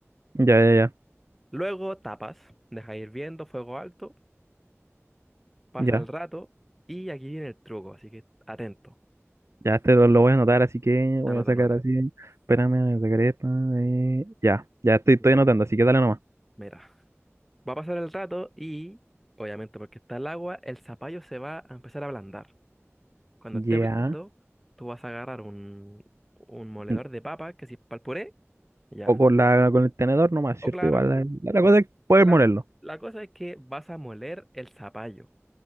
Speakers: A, on the right (about 65°); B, in the centre.
A: Ya, ya, ya.
B: Luego tapas, deja hirviendo, fuego alto, pasa
A: ya.
B: el rato y aquí viene el truco, así que atento,
A: Ya este lo, lo voy a anotar, así que voy
B: anota,
A: a sacar
B: anota.
A: así. Espérame, voy a sacar esta, eh, Ya, ya estoy, estoy
B: Ya, mira.
A: anotando, así que dale nomás.
B: Mira, va a pasar el rato y, obviamente porque está el agua, el zapallo se va a empezar a ablandar. Cuando
A: Ya.
B: esté blando, tú vas a agarrar un, un moledor
A: mm,
B: de papa, que si es para Ya.
A: O con la, con el tenedor nomás, ¿cierto?
B: O claro,
A: Igual la, la- la cosa es poder
B: la,
A: molerlo.
B: la cosa es que vas a moler el zapallo